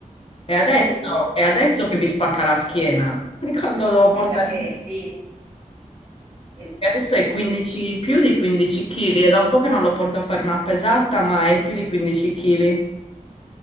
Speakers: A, on the left; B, on the right.
A: E adesso,
B: bene,
A: è
B: bene.
A: adesso che mi spacca la schiena. <laughs> Quando devo
B: È
A: portare...
B: perché sì, eh
A: E
B: sì,
A: adesso è 15,
B: eh sì.
A: più di 15 kg. È da un po' che non lo porto a fare una pesata, ma è più di 15 kg.